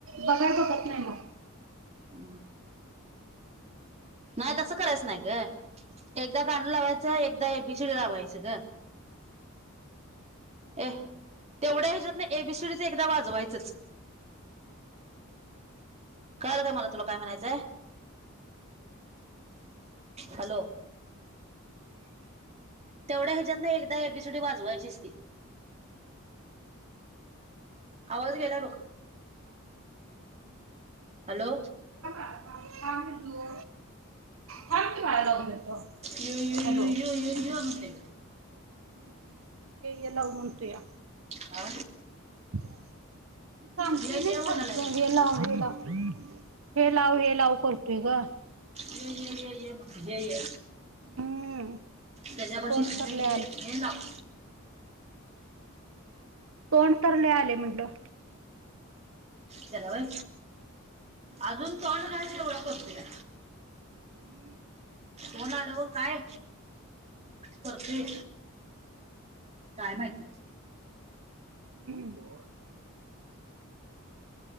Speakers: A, on the right; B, on the right.
A: बघाय बघत नाही मग
B: हू नाही तसं करायचं नाही ग एकदा गाण लावायच एकदा एबिसीडी लावायचं ग ए तेवढ्या ह्याज्यातन एबीसीडीचं एकदा वाजवायचंच कळाल का मला तुला काय म्हणायचंय हॅलो तेवढ्या ह्याज्यातन एकदा एबीसिडी वाजवायचीच ती आवाज गेलाय बघ हॅलो
A: थांब पिलू थांब की बाळ लाऊन देतो
B: यू यू यू
A: हॅलो
B: यू यू ये म्हणतय
A: हू ते ये लाव म्हणतुया
B: हा
A: <unintelligible> सांगतोय
B: य
A: की
B: य म्हणालाय
A: खालचं
B: मला
A: हे लाव हे लाव हे लाव हे लाव करतोय ग
B: ये ये ये ये म्हण ये ये
A: हम्म
B: त्याच्यापाशी
A: तोंड
B: ये
A: तर लय
B: ये ये नाव
A: तोड तर लई आलय म्हटलं
B: त्याला होय
A: होय
B: अजून तोंड नाही तर एवढा करतोया
A: हू
B: होणार ओ काय करतोय काय माहिती
A: हू